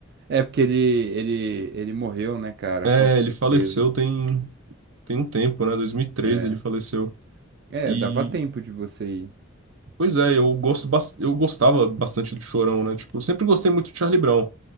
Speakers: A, on the right (about 50°); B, on the right (about 80°).
A: É porque ele, ele, ele morreu, né, cara?
B: É,
A: Pô, tristeza.
B: ele faleceu tem, tem um tempo, né? 2013
A: É.
B: ele faleceu.
A: É,
B: E,
A: dava tempo de você ir.
B: pois é, eu gosto, bas- eu gostava bastante do Chorão, né? Tipo, eu sempre gostei muito do Charlie Brown.